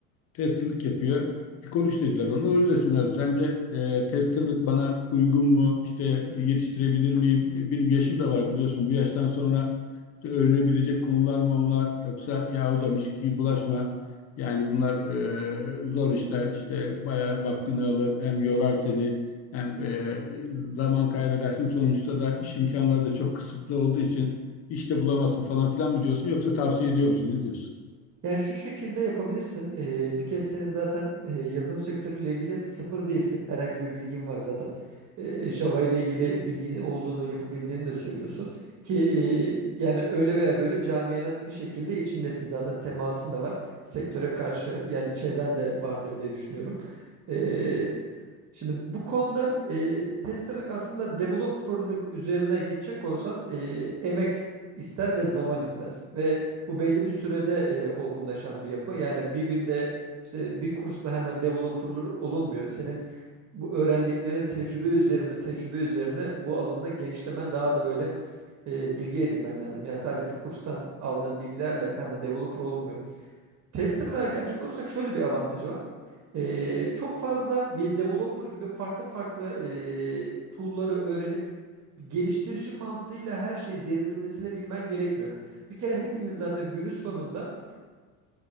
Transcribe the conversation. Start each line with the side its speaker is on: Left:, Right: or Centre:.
Left: Testalık yapıyor. Bir konuş dediler onunla. O yüzden seni aradım. Sence e, testalık bana uygun mu? İşte yetiştirebilir miyim? E, Benim yaşım da var biliyorsun. Bu yaştan sonra işte öğrenebilecek konular mı onlar? Yoksa ya hocam hiç ki bulaşma. Yani bunlar e, zor işler. İşte bayağı vaktini alır. Hem yorar seni hem e, zaman kaybedersin. Sonuçta da iş imkanları da çok kısıtlı olduğu için işte bulamazsın falan filan mı diyorsun? Yoksa tavsiye ediyor musun? Ne diyorsun?
Right: Yani şu şekilde yapabilirsin. Ee, bir kere senin zaten e, yazılım sektörüyle ilgili sıfır değilsin. Herhangi bir bilgin var zaten. Ee, Java ile ilgili bilgi olduğunu yapabildiğini de söylüyorsun. Ki e, yani öyle veya böyle camianın bir şekilde içindesin. Zaten temasın da var. Sektöre karşı yani çevren de vardır diye düşünüyorum. Ee, şimdi bu konuda e, testerlık aslında developerlık üzerine gidecek olsan e, emek ister ve zaman ister. Ve bu belli bir sürede e, olgunlaşan bir yapı. Yani bir günde işte bir kursla hemen developer'ları olunmuyor. Senin bu öğrendiklerini tecrübe üzerinde tecrübe üzerinde bu alanda genişlemen daha da böyle e, bilgi edinmen lazım. Yani sadece bir kurstan aldığın bilgilerle hemen developer olunmuyor. Tester'lığa gelecek olursak şöyle bir avantajı var. Ee, çok fazla bir developer gibi farklı farklı e, tool'ları öğrenip geliştirici mantığıyla her şeyi derinlemesine bilmen gerekmiyor. Bir kere hepimiz zaten günün sonunda